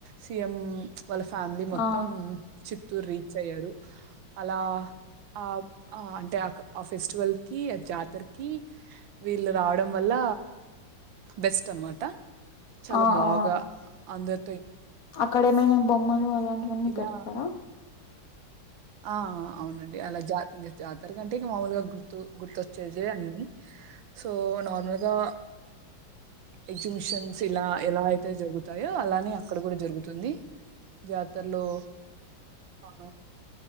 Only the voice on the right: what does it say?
సీఎం వాళ్ళ ఫా
త్తం చి తుర్ రీచ్ అయ్యారు అలా ఆ అంటే ఆ ఫెస్టివల్ కి ఆ జాతరకిి వీళ్ళు రావడం వల్ల బెస్ట్ అనమాట చాలా
బాగా
అందరు
ఇలా
ఆ అవునండి అలా జ ఇంక జ తరంటే మామూలుగా గుర్తు గుర్తు చ్చేది అన్నీ సో నార్మల్గా ఎగ్జిబిషన్స్ ఇలా ఎలా అయితే జరుగుతాయో అలానే అక్కడ కూడ జరుగుతుంది జాతరలో ఆ